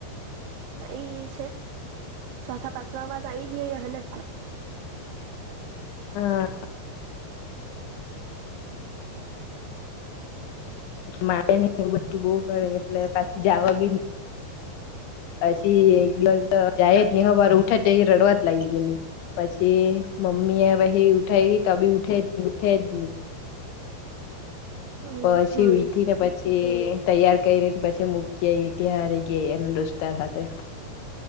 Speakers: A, on the right; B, on the left.
A: આવી ગય છે ચોથા પાંચમા વાત આવી જાય હને.
B: હમ. મારે નહ એવ બધું બહ કરે એટલે પાછી જવા બી નહી. પછી એક દિવસ જાાયજ ની હવાર ઉઠે તે રડવા જ લાગી ગયેલી. પછી મમ્મી એ વહી ઉઠાય તો બી ઉઠે જ ઉઠે જ ને.
A: હમ
B: પછી
A: હમ
B: થી ને પછી. તૈયાર કરી ર પછી મૂકી એવી ત હારી ગઈ એના દોસ્તાર સાથે.